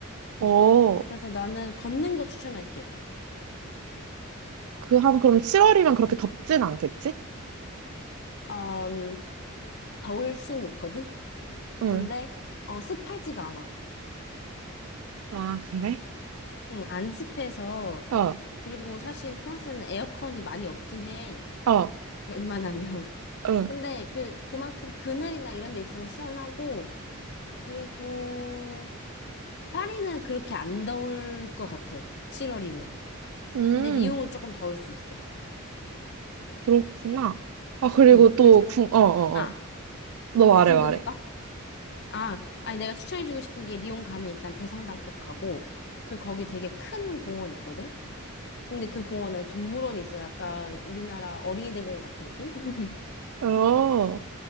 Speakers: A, on the right; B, on the left.
A: 어,
B: 그래서 나는 걷는 거 추천할게.
A: 그 한, 그럼 7월이면 그렇게 덥진 않겠지?
B: 어, 음, 더울 순 있거든?
A: 응.
B: 근데, 어, 습하지가 않아.
A: 아, 그래?
B: 응, 안 습해서.
A: 어,
B: 그리고 사실 프랑스는 에어컨이 많이 없긴 해.
A: 어,
B: 웬만하면. <laughs>
A: 응.
B: 근데 그, 그만큼 그늘이나 이런 데 있으면 시원하고, 그리고, 파리는 그렇게 안 더울 것 같아. 7월이면.
A: 음,
B: 근데 리옹은 조금 더울 수 있어.
A: 그렇구나. 아, 그리고
B: 응,
A: 또,
B: 그래서,
A: 궁, 어, 어,
B: 아,
A: 어. 너 말해,
B: 궁금한
A: 말해.
B: 거? 아, 아니, 내가 추천해주고 싶은 게 리옹 가면 일단 대성당 꼭 가고, 그리고 거기 되게 큰 공원 있거든? 근데 그 공원에 동물원이 있어. 약간 우리나라 어린이 대공원 같은 느낌? <laughs>
A: 어.